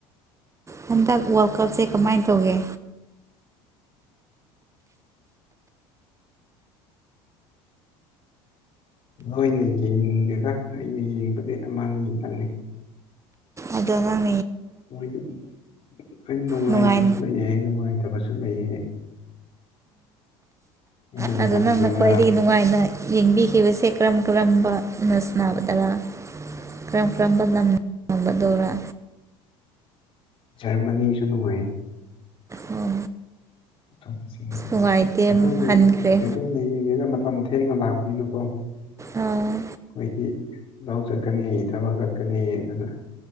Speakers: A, on the right; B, on the left.
A: ꯍꯟꯗꯛ ꯋꯥꯔꯜ ꯀꯞꯁꯦ ꯀꯃꯥꯏꯅ ꯇꯧꯒꯦ
B: ꯂꯣꯏꯅ ꯌꯦꯡꯗꯦꯗ ꯑꯩꯅ ꯌꯦꯡꯕꯗꯤ ꯑꯃꯅꯤꯅꯤꯈꯤꯇꯪꯅꯤ
A: ꯑꯗꯨꯥꯡ
B: ꯃꯣꯏꯗꯤ ꯍ ꯅꯨꯡꯉꯥꯏꯕꯁꯨ
A: ꯅꯨꯡꯉꯥꯏ
B: ꯂꯩꯌꯦ ꯅꯨꯡꯉꯥꯏꯇꯕꯁꯨ ꯂꯩꯌꯦ ꯑꯩꯅ
A: ꯎ ꯑꯗꯨ
B: ꯉꯝꯈꯤꯕ
A: ꯅꯪꯅ ꯈ꯭ꯋꯥꯏꯗꯒꯤ ꯅꯨꯡꯉꯥꯏꯅ ꯌꯦꯡꯕꯤꯈꯤꯕꯁꯦ ꯀꯔꯝ ꯀꯔꯝꯕꯅ ꯁꯥꯟꯒꯗꯔꯥ ꯀꯔꯝ ꯀꯔꯝꯕ ꯂꯝ ꯅꯉꯝꯕꯗꯧꯔꯥ
B: ꯖꯔꯃꯁꯨꯅꯃꯣꯏ
A: ꯑꯣ
B: ꯑꯇꯣꯞꯄꯁꯤꯡꯒꯤ
A: ꯅꯨꯡꯉꯥꯏꯇꯦ
B: ꯊꯣꯏꯗꯣꯛꯅ
A: ꯍꯟꯈ꯭ꯔꯦ
B: ꯊꯣꯏꯗꯣꯛꯅ ꯌꯦꯡꯒꯦꯒ ꯃꯇꯝ ꯊꯦꯡꯅ ꯂꯥꯛꯄꯤꯅꯨꯀꯣ ꯑꯩꯈꯣꯏꯒꯤ
A: ꯑꯥ
B: ꯂꯧ ꯆꯠꯀꯅꯤ ꯊꯕꯛ ꯆꯠꯀꯅꯤ ꯑꯗꯨꯅ